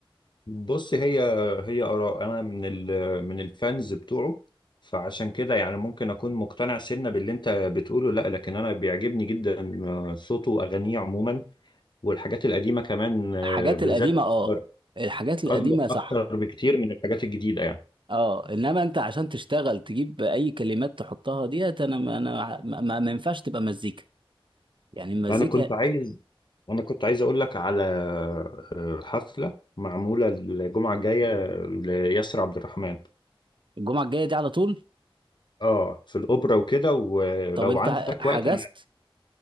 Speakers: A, on the left; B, on the right.
A: بص هي هي آراء أنا من ال من الفانز بتوعه فعشان كده يعني ممكن أكون مقتنع سنة باللي أنت بتقوله لا لكن أنا بيعجبني جدا آه، صوته وأغانيه عموما والحاجات القديمة كمان آه،
B: الحاجات
A: بالذات
B: القديمه
A: أكتر
B: اه الحاجات القديمه
A: أكبر
B: صح
A: أكتر بكتير من الحاجات الجديدة يعني
B: اه انما انت عشان تشتغل تجيب اي كلمات تحطها ديت انا ما انا ما, ما ما ينفعش تبقى مزيكا يعني المزيكا
A: أنا كنت عايز أنا كنت عايز أقول لك على آه، حفلة معمولة الجمعة الجاية لياسر عبد الرحمن
B: الجمعه الجايه دي على طول
A: اه في الاوبرا وكده ولو
B: طب انت
A: عندك
B: حجزت
A: وقت